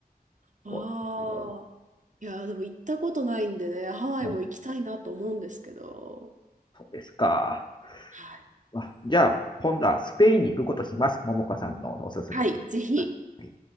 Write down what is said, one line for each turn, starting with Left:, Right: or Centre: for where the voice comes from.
Right: ああ。
Left: そうですよ。
Right: いやー、でも行ったことないんでね、ハワイも行きたいなと思うんですけど。
Left: うん、そうですか。
Right: はい。
Left: まあじゃあ、今度はスペインに行くことします。ももかさんのおすすめで。
Right: はい、ぜひ。
Left: はい